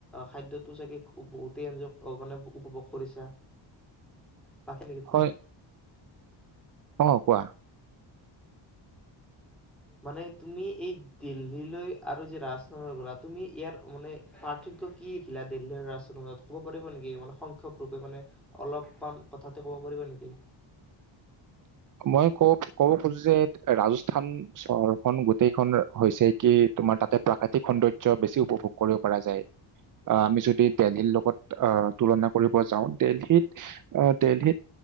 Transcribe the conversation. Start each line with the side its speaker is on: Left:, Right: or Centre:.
Centre: খাদ্যতো চাগে বহুতেই আজ মানে উপভোগ কৰিছা। তাকে নেকি তোমাক
Right: হয় অ, কোৱা।
Centre: মানে তুমি এই দিল্লীলৈ আৰু যে, ৰাজস্থানলৈ গ'লা তুমি ইয়াৰ মানে পাৰ্থক্য কি দিলা দিল্লীৰ ৰাজপুতৰ মাজত ক'ব পাৰিব নেকি মানে সংখ্যক ৰূপে মানে অলপমান কথাটো ক'ব পাৰিবা নেকি।
Right: মই ক, ক'ব খুজো যে ৰাজস্থান চহৰখন গোটেইখন হৈছে কি তোমাৰ তাতে প্ৰাকৃতিক সৌন্দৰ্য বেছি উপভোগ কৰিব পৰা যায়। আহ, আমি যদি দিল্লীৰ লগত আহ তুলনা কৰিব যাওঁ, দিল্লীত অ, দিল্লী